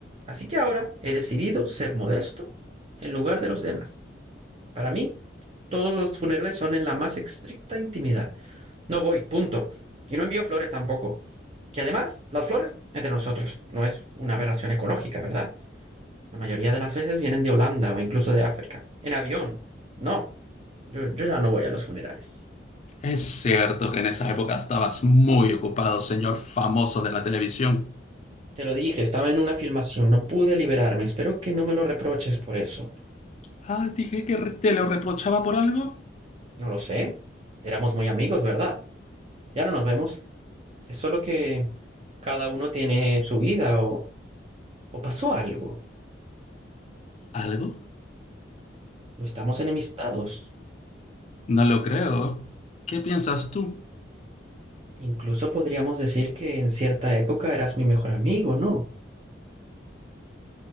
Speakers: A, on the right; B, on the left.
A: Así que ahora he decidido ser modesto en lugar de los demás. Para mí, todos los funerales son en la más estricta intimidad. No voy, punto. Y no envío flores tampoco. Y además, las flores, entre nosotros, no es una aberración ecológica, ¿verdad? La mayoría de las veces vienen de Holanda o incluso de África. En avión. No, yo, yo ya no voy a los funerales.
B: Es cierto que en esa época estabas muy ocupado, señor famoso de la televisión.
A: Te lo dije, estaba en una filmación, no pude liberarme. Espero que no me lo reproches por eso.
B: Ah, dije que te lo reprochaba por algo.
A: No lo sé. Éramos muy amigos, ¿verdad? Ya no nos vemos. Es solo que cada uno tiene su vida o, o pasó algo.
B: ¿Algo?
A: No estamos enemistados.
B: No lo creo. ¿Qué piensas tú?
A: Incluso podríamos decir que en cierta época eras mi mejor amigo, ¿no?